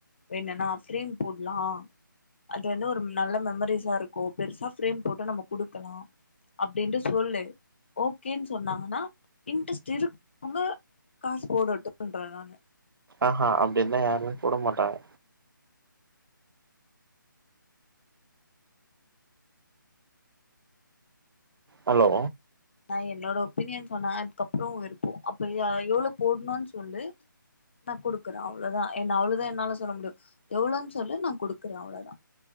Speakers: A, on the left; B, on the right.
A: வேணுன்னா ஃப்ரேம் போட்லா அது வந்து ஒரு நல்ல மெமரிஸா இருக் கு பெருசா ஃபிரேம் போட்டு நம்ம குடுக்கலா அப்டின்ட்டு சொல்லு ஓகேன்னு சொன்னாங்கன்னா இன்ட்ரெஸ்ட் இருக்கவங்க காசு போடட்டுன்ற நானு
B: ஆஹா அப்டிருந்தா யாருமே போட மாட்டாங்க ஹலோ
A: நா என்னோட ஒப்பீனியன் சொன்னா அதுக்கப்றோ ஒ விருப்போ அப்ப எவ்ளோ போட்ணு சொல்லு நா குடுக்கற அவ்ளோதா என்ன அவ்ளதா என்னால சொல்ல முடியு எவ்ளோன்னு சொல்லு நா குடுக்குற அவ்ளோதா